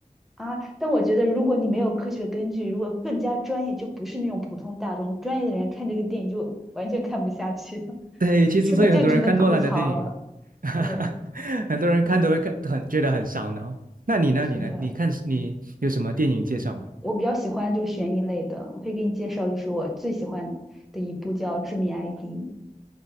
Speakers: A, in the centre; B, on the right.
A: 啊，但我觉得如果你没有科学根据，如果更加专业，就不是那种普通大众，专业的人看这个电影就完全看不下去，<laughs>
B: <laughs> 对，其实所以很多人看诺兰的电影，
A: 是吧？就只能吐槽了。
B: <laughs>
A: 对，
B: 很多人看都会看，
A: 对，
B: 很觉得很烧脑。那你呢？
A: 是的，
B: 你呢？你看你有什么电影介绍吗？
A: 我比较喜欢就悬疑类的，我可以给你介绍，就是我最喜欢的一部叫《致命 ID》，